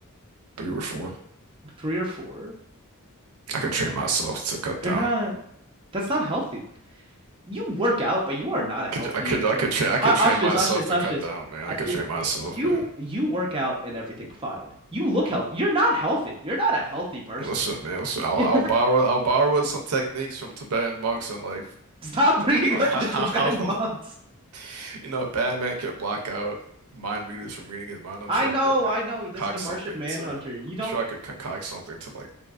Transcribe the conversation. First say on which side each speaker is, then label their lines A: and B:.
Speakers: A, on the right (about 80°); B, on the right (about 25°).
A: three or four.
B: three or four.
A: I could train myself to cut
B: You're
A: down.
B: not. That's not healthy. You work out, but you are not
A: I
B: a healthy
A: could, I could,
B: individual.
A: I could train, I could
B: Ashtis,
A: train myself
B: Ashtis,
A: to
B: Ashtis.
A: cut down, man. I
B: I,
A: could
B: I-
A: train myself,
B: you
A: man.
B: you work out and everything fine. You look healthy. You're not healthy. You're not a healthy person.
A: Listen, man, listen,
B: <laughs>
A: I'll,
B: You're
A: I'll borrow I'll borrow some techniques from Tibetan monks and like
B: Stop <laughs> bringing
A: how
B: up the Tibetan monks.
A: <laughs> you know Batman could block out mind readers from reading his mind. I'm
B: I
A: sure
B: know,
A: I could like
B: I know. He
A: concoct
B: does the Martian
A: something
B: Manhunter.
A: to I'm
B: You don't.
A: sure I could concoct something to like